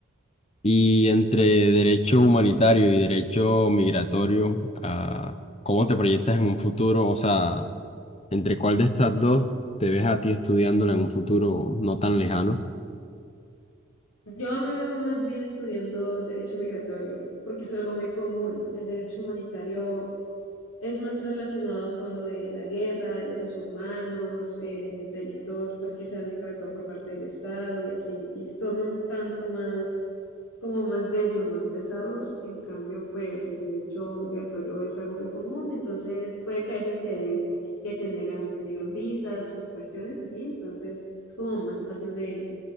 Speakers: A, on the left; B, on the left.
A: Y entre derecho humanitario y derecho migratorio, ah, ¿cómo te proyectas en un futuro? O sea, ¿entre cuál de estas dos te ves a ti estudiándola en un futuro no tan lejano?
B: Yo me veo más bien estudiando derecho migratorio, porque es algo muy común. El derecho humanitario es más relacionado con lo de la guerra, derechos humanos, eh, delitos pues que se han encabezado por parte del Estado y así, y son un tanto más como más densos, más pesados. En cambio, pues el derecho migratorio es algo muy común, entonces puede que a veces se den- que se negan, se niegan visas o cuestiones así, entonces es como más fácil de,